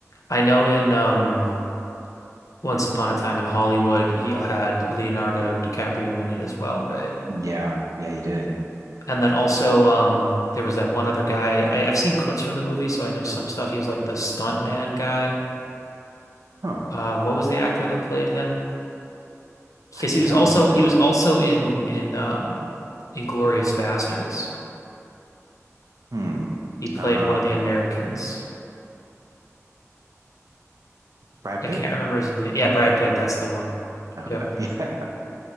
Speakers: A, on the left (about 85°); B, on the right (about 85°).
A: I know in um Once Upon a Time in Hollywood, he had Leonardo DiCaprio in it as well, right?
B: Yeah, yeah, he did.
A: And then also, um, there was that one other guy. I, I've seen clips from the movie, so I know some stuff. He was like the stuntman guy.
B: Huh.
A: Uh, what was the actor that played him? Because
B: I cannot
A: he was also
B: remember
A: he was also in in um, Inglorious Bastards.
B: him.
A: He played
B: Hmm. Um,
A: one of the Americans.
B: Brad
A: I
B: Pitt?
A: can't remember his name. Yeah, Brad Pitt. That's the one.
B: Okay.
A: Yep.
B: <laughs> Yeah.